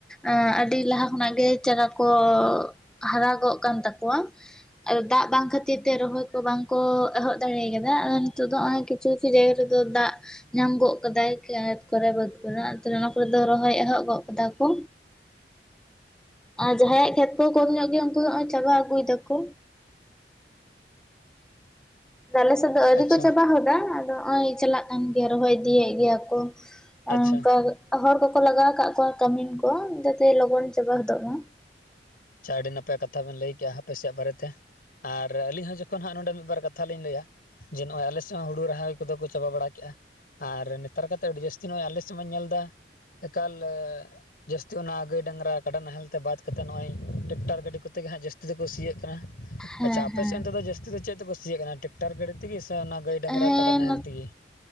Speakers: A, in the centre; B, on the left.
A: ᱮᱸ ᱟᱹᱰᱤ ᱞᱟᱦᱟ ᱠᱷᱚᱱᱟᱜ ᱜᱮ ᱪᱟᱨᱟ ᱠᱚ ᱦᱟᱨᱟᱜᱚᱜ ᱠᱟᱱ ᱛᱟᱠᱚᱣᱟ᱾ ᱟᱫᱚ ᱫᱟᱜᱽ ᱵᱟᱝ ᱠᱷᱟᱹᱛᱤᱨ ᱛᱮ ᱨᱚᱦᱚᱭ ᱠᱚ ᱵᱟᱝ ᱠᱚ ᱮᱦᱚᱵ ᱫᱟᱲᱮᱭ ᱠᱟᱫᱟ᱾ ᱱᱤᱛᱚᱜ ᱫᱚ ᱦᱚᱸᱜᱼᱚᱭ ᱠᱤᱪᱷᱩ ᱠᱤᱪᱷᱩ ᱡᱟᱭᱜᱟ ᱨᱮᱫᱚ ᱫᱟᱜᱽ ᱧᱟᱢ ᱜᱚᱜ ᱠᱟᱫᱟᱭ ᱠᱷᱮᱛ ᱠᱚᱨᱮ ᱵᱟᱹᱫᱽ ᱠᱚᱨᱮ ᱟᱫᱚ ᱚᱱᱟ ᱠᱚᱨᱮ ᱫᱚ ᱨᱚᱦᱚᱭ ᱮᱦᱚᱵ ᱜᱚᱜ ᱠᱟᱫᱟ ᱠᱚ᱾
B: <inaudible>
A: ᱟᱨ ᱡᱟᱦᱟᱸᱭᱟᱜ ᱠᱷᱮᱛ ᱠᱚ ᱠᱚᱢ ᱧᱚᱜ ᱜᱮᱭᱟ ᱩᱱᱠᱩ ᱫᱚ ᱦᱚᱸᱜᱼᱚᱭ ᱪᱟᱵᱟ ᱟᱹᱜᱩᱭ ᱫᱟᱠᱚ᱾ ᱟᱞᱮ ᱥᱮᱫ ᱫᱚ ᱟᱹᱣᱨᱤ
B: ᱟᱪᱪᱷᱟ
A: ᱠᱚ ᱪᱟᱵᱟ ᱦᱚᱫᱟ ᱟᱫᱚ ᱱᱚᱜᱼᱚᱭ ᱪᱟᱞᱟᱜ ᱠᱟᱱ ᱜᱮᱭᱟ ᱨᱚᱦᱚᱭ ᱤᱫᱤᱭᱮᱫ ᱜᱮᱭᱟ ᱠᱚ᱾
B: ᱟᱪᱪᱷᱟ
A: ᱚᱱᱠᱟ ᱦᱚᱲ ᱠᱚᱠᱚ ᱞᱟᱜᱟᱣ ᱟᱠᱟᱫ ᱠᱚᱣᱟ ᱠᱟᱹᱢᱤᱱ ᱠᱚ ᱡᱟᱛᱮ ᱞᱚᱜᱚᱱ ᱪᱟᱵᱟ ᱦᱚᱫᱚᱜ ᱢᱟ᱾
B: ᱟᱪᱪᱷᱟ ᱟᱹᱰᱤ ᱱᱟᱯᱟᱭ ᱠᱟᱛᱷᱟ ᱵᱮᱱ ᱞᱟᱹᱭ ᱠᱮᱫᱼᱟ ᱟᱯᱮᱥᱮᱫ ᱵᱟᱨᱮᱛᱮ᱾ ᱟᱨ ᱟᱹᱞᱤᱧ ᱦᱚᱸ ᱡᱚᱠᱷᱚᱱ ᱦᱟᱸᱜ ᱱᱚᱰᱮ ᱢᱤᱫ ᱵᱟᱨ ᱠᱟᱛᱷᱟ ᱞᱤᱧ ᱞᱟᱹᱭᱟ᱾ ᱡᱮ ᱱᱚᱜᱼᱚᱭ ᱟᱞᱮ ᱥᱮᱫ ᱦᱚᱸ ᱦᱩᱲᱩ ᱨᱚᱦᱚᱭ ᱠᱚᱫᱚ ᱠᱚ ᱪᱟᱵᱟ ᱵᱟᱲᱟ ᱠᱮᱜᱼᱟ᱾ ᱟᱨ ᱱᱮᱛᱟᱨ ᱠᱟᱛᱮᱜ ᱟᱹᱰᱤ ᱡᱟᱹᱥᱛᱤ ᱱᱚᱜᱼᱚᱭ ᱟᱞᱮ ᱥᱮᱫ ᱢᱟᱧ ᱧᱮᱞ ᱮᱫᱟ᱾ ᱮᱠᱟᱞ ᱡᱟᱹᱥᱛᱤ ᱚᱱᱟ ᱜᱟᱹᱭ ᱰᱟᱝᱨᱟ ᱠᱟᱰᱟ ᱱᱟᱦᱮᱞ ᱛᱮ ᱵᱟᱫ ᱠᱟᱛᱮ ᱱᱚᱜᱼᱚᱭ ᱴᱮᱠᱴᱟᱨ ᱜᱟᱹᱰᱤ ᱠᱚᱛᱮᱜᱮ ᱦᱟᱸᱜ ᱡᱟᱹᱥᱛᱤ ᱫᱚᱠᱚ ᱥᱤᱭᱮᱜ ᱠᱟᱱᱟ᱾
A: ᱦᱮᱸ
B: ᱟᱪᱪᱷᱟ ᱟᱯᱮᱥᱮᱫ
A: ᱦᱮᱸ
B: ᱚᱱᱛᱮ ᱫᱚ ᱡᱟᱹᱥᱛᱤ ᱫᱚ ᱪᱮᱫ ᱛᱮᱠᱚ ᱥᱤᱭᱮᱜ ᱠᱟᱱᱟ? ᱴᱨᱟᱠᱴᱟᱨ ᱜᱟᱹᱰᱤ ᱛᱤᱜᱤ ᱥᱮ ᱚᱱᱟ ᱜᱟᱹᱭ ᱰᱟᱝᱨᱟ
A: ᱦᱮᱸ
B: ᱠᱟᱰᱟ ᱱᱟᱦᱮᱞ ᱛᱤᱜᱤ?